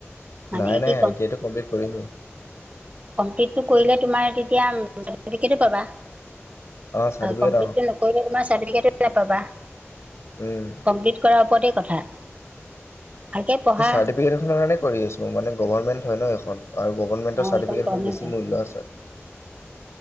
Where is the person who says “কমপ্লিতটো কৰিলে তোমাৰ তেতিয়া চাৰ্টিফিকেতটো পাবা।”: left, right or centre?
Right